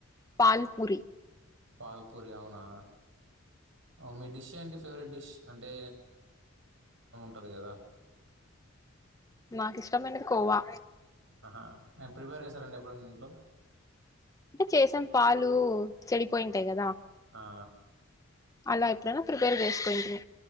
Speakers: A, on the left; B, on the right.
A: పాల్ పూరి
B: పాల్ప్పూరి అవునా ఆ మీ డిష్ ఏంటి ఫేవరెట్ డిష్ అంటే ట్టది గదా
A: నాకు ఇష్టమైనది కోవా
B: అహా ఏం ప్రిపేర్ చేశారండి ఎప్పుడున్న ఇంట్లో
A: అంటే చేసాం పాలు చెడిపోయింటాయ్ కదా
B: ఆ
A: అల ఏప్పుడున్న ప్రిపేర్ చే కుటిమి